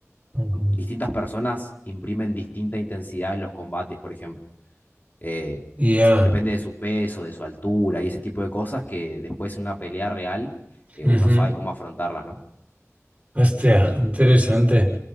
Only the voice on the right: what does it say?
ujú,
Ya.
ujú.
Hostia, interesante.